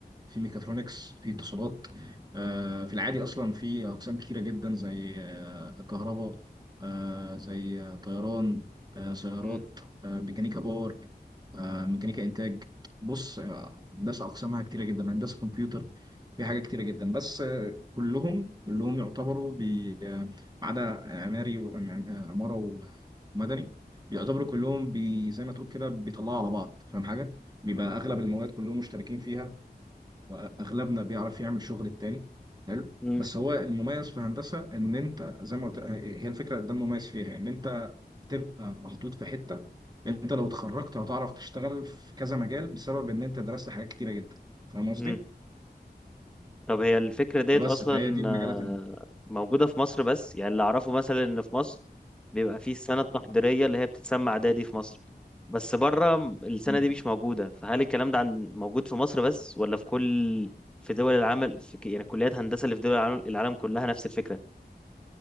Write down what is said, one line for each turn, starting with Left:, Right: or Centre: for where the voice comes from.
Right: في ميكاترونكس في اتصالات آه، في العادي أصلا في أقسام كتيرة جدا زي آه، كهرباء آه، زي آه، طيران آه، سيارات
Centre: مم.
Right: آه، ميكانيكا باور آه، ميكانيكا إنتاج بص آه، هندسة أقسامها كتيرة جدا هندسة كمبيوتر في حاجات كتيرة جدا بس آه، كلهم كلهم يعتبروا بي- آه، ما عدا عماري وعمارة ومدني يعتبروا كلهم بي زي ما تقول كده بيطلعوا على بعض فاهم حاجة؟ بيبقى اغلب المواد كلهم مشتركين فيها واغلبنا بيعرف يعمل شغل التاني حلو
Centre: مم.
Right: بس هو المميز في هندسه ان انت زي ما قلت هي الفكره ده المميز فيها ان انت تبقى محطوط في حته انت لو اتخرجت هتعرف تشتغل في كذا مجال بسبب ان انت درست حاجات كتيره جدا فاهم قصدي؟
Centre: مم. طب هي الفكرة ديت
Right: فبس
Centre: أصلا
Right: فهي دي المجالات
Centre: آه، موجودة في مصر بس يعني اللي أعرفه مثلا إن في مصر بيبقى فيه السنة التحضيرية اللي هي بتتسمى إعدادي في مصر بس بره السنة
Right: المهمه
Centre: دي مش موجودة فهل الكلام ده عن موجود في مصر بس ولا في كل في دول العمل في ك- يعني كليات هندسة اللي في دول العالم العالم كلها نفس الفكرة